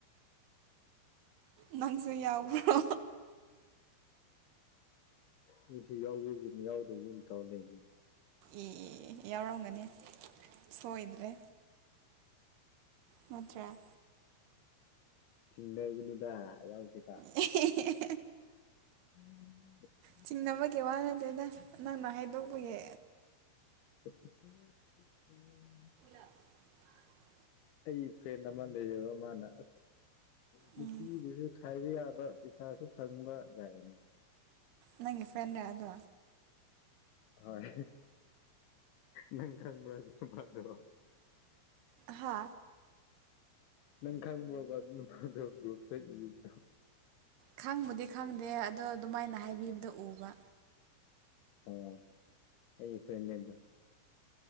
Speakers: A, on the right (about 70°); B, on the left (about 75°).
A: ꯅꯪꯁꯨ ꯌꯥꯎꯕ꯭ꯔꯣ
B: ꯃꯤꯁꯨ ꯌꯥꯎꯕꯒꯨꯝ ꯌꯥꯎꯗꯕꯒꯨꯝ ꯇꯧꯔ ꯂꯩꯕꯅꯦ
A: ꯑꯦ ꯌꯥꯎꯔꯝꯒꯅꯤ ꯁꯣꯏꯗ꯭ꯔꯦ ꯅꯠꯇ꯭ꯔꯥ
B: ꯆꯤꯡꯅꯩꯒꯅꯨꯗ ꯌꯥꯎꯗꯦꯗ
A: ꯑꯦ
B: <inaudible>
A: ꯆꯤꯡꯅꯕꯒꯤ ꯋꯥ ꯅꯠꯇꯦꯗ ꯅꯪꯅ ꯍꯥꯏꯗꯣꯛꯄꯒꯤ
B: <unintelligible>
A: <inaudible>
B: ꯑꯩ ꯐ꯭ꯔꯦꯟ ꯑꯃ ꯂꯩꯌꯦꯕ ꯃꯥꯅ ꯑꯁ ꯅꯨꯄꯤꯕꯨꯁꯨ
A: ꯎꯝ
B: ꯈꯥꯏꯕ ꯌꯥꯕ ꯄꯩꯁꯥꯁꯨ ꯐꯪꯕꯒꯥꯥꯏꯅ
A: ꯅꯪꯒꯤ ꯐ꯭ꯔꯦꯟꯂꯥ ꯑꯗꯣ
B: ꯍꯣꯏ ꯅꯪ ꯈꯪꯕ꯭ꯔꯥ ꯑꯗꯨ ꯅꯨꯄꯥꯗꯣ
A: ꯍꯥ
B: ꯅꯪ ꯈꯪꯕ꯭ꯔꯣꯕ ꯑꯗꯨ ꯅꯨꯄꯥꯗꯣ ꯕꯂꯣꯛꯇ ꯏꯕꯗꯣ
A: ꯈꯪꯕꯨꯗꯤ ꯈꯪꯗꯦ ꯑꯗꯣ ꯑꯗꯨꯃꯥꯏꯅ ꯍꯥꯏꯕꯤꯕꯗꯣ ꯎꯕ
B: ꯑꯣ ꯑꯩ ꯐ꯭ꯔꯦꯟꯅꯦꯗꯣ